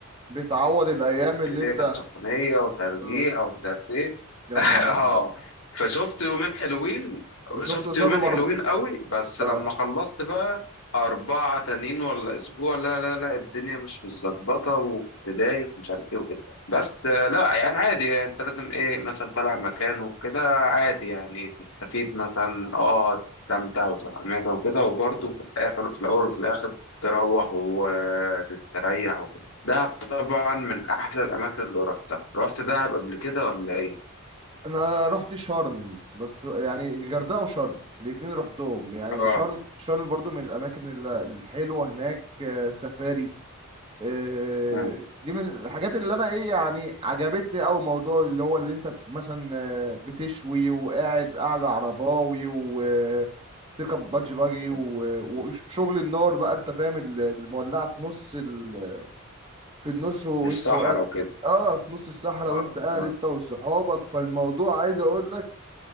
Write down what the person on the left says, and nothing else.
كده
كانت سخونية وترجيع
ومش عارف ايه
اه
فشفت يومين حلوين
شفت
يومين
حلوين قوي بس لما
خلصت بقى أربعة تانيين ولا أسبوع لا لا لا الدنيا مش متظبطة وكنت دايخ ومش عارف إيه وكده بس آه، لا يعني عادي يعني أنت لازم إيه مثلا طالع مكان وكده عادي يعني تستفيد مثلا أه تستمتع وتروح أماكن وكده وبرضه في الآخر وفي الأول وفي الآخر تروح وتستريح وكده دهب طبعا من أحلى الأماكن اللي رحتها رحت دهب قبل كده ولا إيه؟
آه،
آه،
آه.
الصحرا
وكده.
آه،
آه،